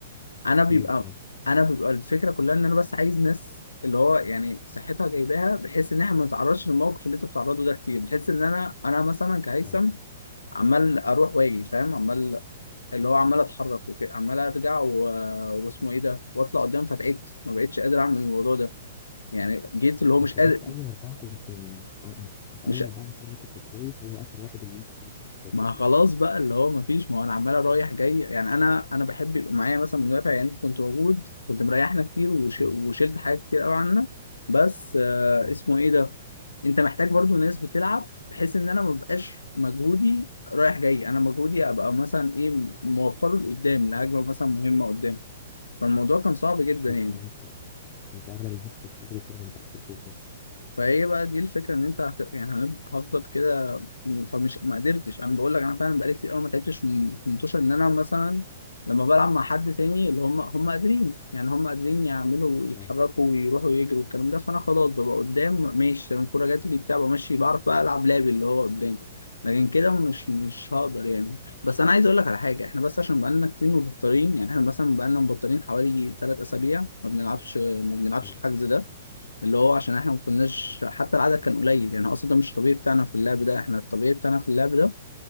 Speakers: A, on the left (about 30°); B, on the left (about 75°).
A: كتير
B: انا بيبقى
A: اه
B: انا بيبقى الفكره كلها ان انا بس عايز ناس اللي هو يعني صحتها جايباها بحيث ان احنا ما نتعرضش للموقف اللي انت بتعرضه ده كتير بحيث ان انا انا مثلا كهيثم
A: اه
B: عمال اروح واجي فاهم عمال اللي هو عمال اتحرك وكده عمال ارجع و... واسمه ايه ده واطلع قدام فتعبت ما بقتش قادر اعمل الموضوع ده يعني جيت اللي هو مش
A: انت
B: قادر
A: لعبت اول اربعه كنت اه انت
B: مش
A: اول اربعه ما شاء الله كنت كويس هو اخر واحد اللي انت خلاص كنت تعبت
B: ما
A: فيه
B: خلاص بقى اللي هو ما فيش ما هو انا عمال رايح جاي يعني انا انا بحب يبقى معايا مثلا مدافع يعني انت كنت موجود كنت مريحنا كتير وش-
A: اه
B: وشلت حاجات كتير قوي عنا بس آه
A: اه
B: اسمه ايه ده انت محتاج برضو ناس بتلعب بحيث ان انا ما بقاش مجهودي رايح جاي انا مجهودي ابقى مثلا ايه موفره لقدام لهجمه مثلا مهمه قدام فالموضوع كان صعب جدا
A: بالظبط
B: يعني
A: اه انت انت اغلب الماتش كنت بتاخد الكرة من تحت لفوق اه
B: فهي بقى دي الفكره ان انت هت... يعني هن- هفضل كده م- فمش ما قدرتش انا بقول لك انا فعلا بقالي كتير قوي ما تعبتش في في منتوشه ان انا مثلا لما بلعب مع حد تاني اللي هم هم قادرين يعني هم قادرين يعملوا يتحركوا
A: اه
B: ويروحوا يجروا والكلام ده فانا خلاص ببقى قدام ماشي تمام الكوره جات لي بتاع بمشي بعرف بقى العب لعب اللي هو قدامي لكن كده مش مش هقدر يعني بس انا عايز اقول لك على حاجه احنا بس عشان بقالنا كتير مبطلين يعني احنا مثلا بقالنا مبطلين حوالي 3 اسابيع ما بنلعبش ما بنلعبش
A: اه
B: الحجز ده اللي هو عشان احنا ما كناش حتى العدد كان قليل يعني اصلا ده مش الطبيعي بتاعنا في اللعب ده احنا الطبيعي بتاعنا في اللعب ده